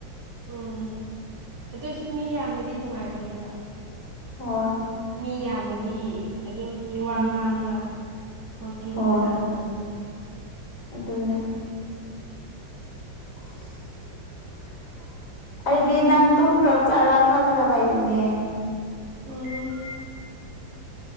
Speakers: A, on the right; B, on the left.
A: ꯎꯝ ꯑꯗꯨꯁꯨ ꯃꯤ ꯌꯥꯝꯃꯗꯤ ꯅꯨꯡꯉꯥꯏꯕꯅꯦꯕ
B: ꯑꯣ
A: ꯃꯤ ꯌꯥꯝꯃꯗꯤ ꯑꯗꯨꯝ ꯋꯥꯉꯥꯡꯉꯒ
B: ꯎꯝ
A: ꯋꯥꯛꯀꯤꯡ
B: ꯍꯣꯏ
A: ꯇꯧꯅꯤ
B: ꯑꯗꯨꯅꯦ <inaudible> ꯑꯩꯗꯤ ꯅꯪ ꯇꯨꯝꯈ꯭ꯔꯕ ꯆꯠꯔ ꯈꯜꯂꯒ ꯂꯩꯔꯤꯅꯦ
A: ꯎꯝ